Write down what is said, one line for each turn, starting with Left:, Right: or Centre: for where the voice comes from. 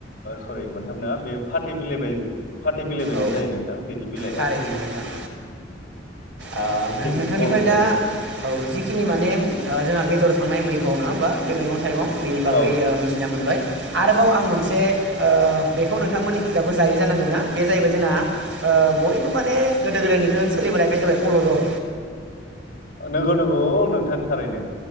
Left: सरि मोनथाम नङा बे फाथै बिलाइ बाय फाथै बिलाइ बायदि
Right: औ
Left: जायो नोंथां बेनि बिलाइआ
Right: थारैनो नोंथां ओ
Left: एसे
Right: नोंथांनिफ्राय
Left: गल गलनो
Right: दा औ जिखिनि माने जोंहा बे फोर थांनाय मैगं नंङा होनब्ला बे मैगं थाइगं बेनि बागै
Left: औ
Right: मिथिना मोनबाय आरोबाव आं मोनसे ओ बेखौनो नोंथांमोननि खोजायबो जायो जानांगौ ना? बे जाहैबाय जोंना ओ बयबो माने गोदो गोदायनिफ्राय सोलिबोनाय बे जाबाय अलदर
Left: नोंगौ नंगौ अ नोंथां थारैनो